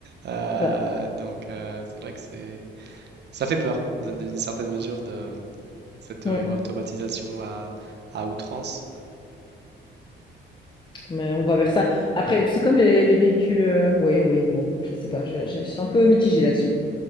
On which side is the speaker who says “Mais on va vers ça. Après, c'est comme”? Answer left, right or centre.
Left